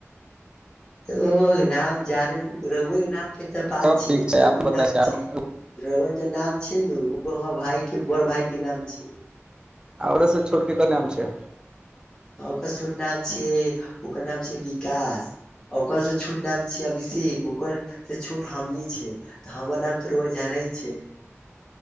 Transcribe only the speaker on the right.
सब
ठीक छै
आप बताै
छै ओकरा
औरु सब छोटके की नाम छियअ।